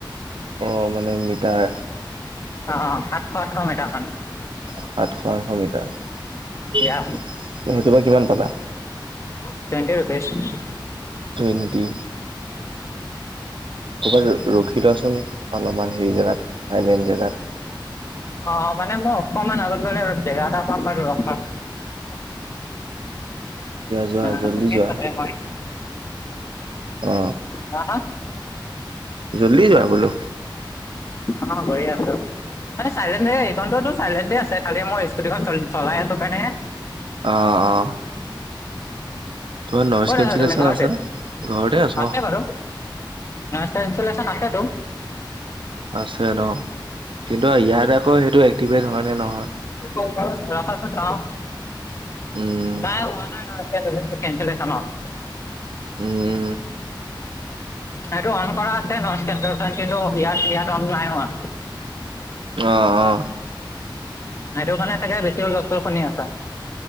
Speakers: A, on the right (about 80°); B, on the left (about 35°).
A: অ মানে মিটাৰ।
B: অ অ সাতশ আঠশ মিটাৰমান।
A: সাতশ আঠশ মিটাৰ সেইটো
B: ইয়া
A: পা কিমান পালা?
B: Twenty rupees.
A: টুৱেণ্টি। ক'ৰবাত ৰখি লোৱাচোন অলপমান হেৰি জেগাত চাইলেণ্ট জেগাত।
B: অ মানে মই অকমান আগত গলে ৰ জেগা এটা পাম বাৰু ৰখাম।
A: যোৱা যোৱা
B: অ
A: জল্দি
B: ৰখিম
A: যোৱা।
B: তাতে মই।
A: অ
B: হা হা
A: জল্দি যোৱা বোলো।
B: বিচনা গৈ আছো। মানে চাইলেণ্ট এইখনটোতো চাইলেণ্টে আছে খালি মই স্কুটিখন চলাই আছো কাৰণে।
A: অ অ। তোমাৰ নইজ
B: ক'ত
A: কেনচেলেশ্যন
B: আছা তুমি ঘৰতে
A: আছেনে? ঘৰতে আছ
B: আছে
A: অ
B: বাৰু ইনষ্টলেচন আছেতো।
A: আছে ন কিন্তু ইয়াত আকৌ সেইটো এক্টিভেট হয় নে নহয়।
B: ৰখাচোন চাও
A: উম
B: নাই হোৱা নাই নহ। কেঞ্চেলেচনৰ ন।
A: উম।
B: সেইটো অন কৰা আছে কিন্তু ইয়াত ইয়াত অন নাই হোৱা।
A: অ অ।
B: সেইটো কাৰণে চাগে বেছি হুলস্থুল শুনি আছা।